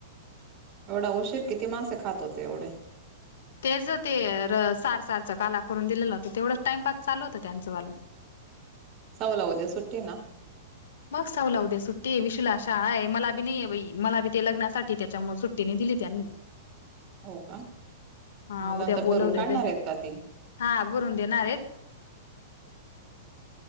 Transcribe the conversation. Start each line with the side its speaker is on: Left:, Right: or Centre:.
Right: एवढा उशीर किती मासे खात होते एवढे
Left: तेच ते सार सारच काला करून दिलेलं होतं तेवढंच टाइमपास चालू होतं त्यांचं वालं
Right: सवल होद्या सुट्टे ना
Left: मग सऊला उद्या सुट्टी आहे विशुला शाळा आहे मला बी नाहीये बाई मला बी ते लग्नासाठी त्याच्यामु सुट्टीने दिली त्यांनी
Right: हो का
Left: हा
Right: नंतर
Left: उद्या बोलवलेलं
Right: भरून काढणार
Left: आहे.
Right: आहेत का तेी
Left: हा भरून देणार